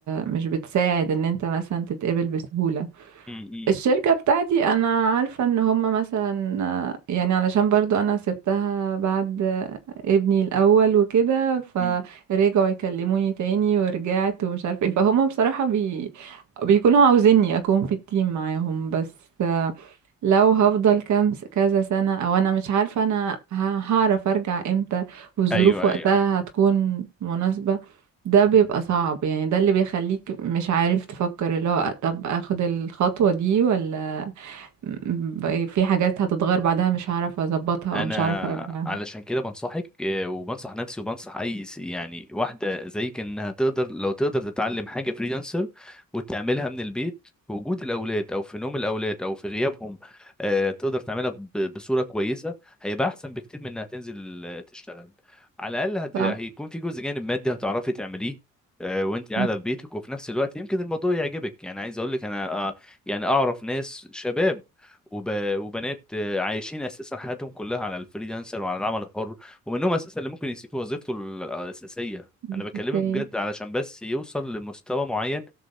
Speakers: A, on the right (about 70°); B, in the centre.
A: مش بتساعد ان انت مثلا تتقبل بسهولة
B: م- م-
A: الشركة بتاعتي انا عارفة ان هما مثلا آه، يعني علشان برضو انا سبتها بعد آه، ابني الاول وكده
B: م.
A: فرجعوا يكلموني تاني ورجعت ومش عارفة ايه فهما بصراحة بي... بيكونوا عاوزيني اكون في التيم معاهم بس آه، لو هفضل كام س- كذا سنة او انا مش عارفة انا ه- هعرف ارجع امتى والظروف
B: ايوه
A: وقتها
B: ايوه أيوه.
A: هتكون مناسبة ده بيبقى صعب يعني ده اللي بيخليك مش عارف تفكر اللي هو طب اخد الخطوة دي ولا ب- في حاجات هتتغير بعدها مش هعرف اظبطها
B: انا
A: او مش هعرف ارجعها
B: علشان كده بنصحك آه، وبنصح نفسي وبنصح اي س- يعني واحده زيك انها تقدر لو تقدر تتعلم حاجه فريلانسر وتعملها من البيت في وجود الاولاد او في نوم الاولاد او في غيابهم آه، تقدر تعملها ب- بصوره كويسه هيبقى احسن بكتير من انها تنزل آه، تشتغل على الاقل هت-
A: صح
B: هيكون في جزء جانب مادي هتعرفي تعمليه آه، وانت قاعده
A: مم.
B: في بيتك وفي نفس الوقت يمكن الموضوع يعجبك يعني عايز اقول لك انا آه، يعني اعرف ناس شباب وب... وبنات عايشين اساسا حياتهم كلها على الفريلانسر وعلى العمل الحر ومنهم اساسا اللي ممكن يسيب وظيفته ال- الاساسيه
A: مش
B: انا بكلمك
A: مستاهل
B: بجد علشان بس يوصل لمستوى معين